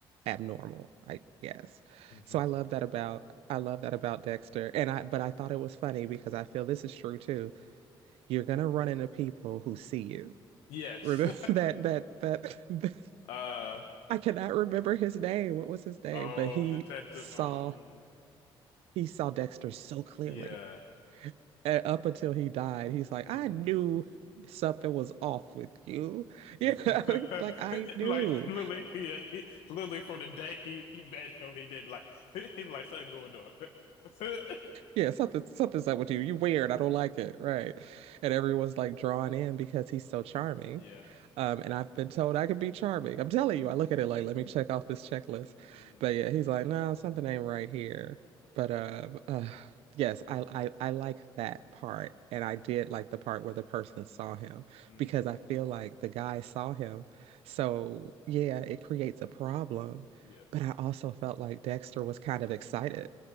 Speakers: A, on the right; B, on the left.
A: abnormal, I guess.
B: <laughs>
A: So I love that about I love that about Dexter. And I but I thought it was funny because I feel this is true too you're gonna run into people who see you.
B: Yes.
A: Remember <laughs> that that that, that
B: <laughs> Uh
A: I cannot remember his name. What was his name?
B: oh,
A: But he
B: detective.
A: saw
B: Um,
A: he saw Dexter so clearly.
B: yeah.
A: And up until he died, he's like,
B: Mm.
A: I knew something was off with you. <laughs> Yeah,
B: <laughs>
A: you know? <laughs> like I knew.
B: Like Lily, yeah, he, Lily from the day he, he met him, he did like <laughs> he like something going on. <laughs>
A: Yeah, something something's up with you. You're weird. I don't like it. Right. And everyone's like drawn in because he's so charming.
B: Yeah.
A: Um, and I've been told I could be charming. I'm telling you, I look at it like, let me check off this checklist.
B: Mm.
A: But yeah, he's like, no, something ain't right here. But um,
B: Yeah.
A: uh, yes, I, I I like that part, and I did like the part where the person saw him
B: Mm.
A: because I feel like the guy saw him. So yeah, it creates a problem.
B: Yes.
A: But I also felt like Dexter was kind of excited,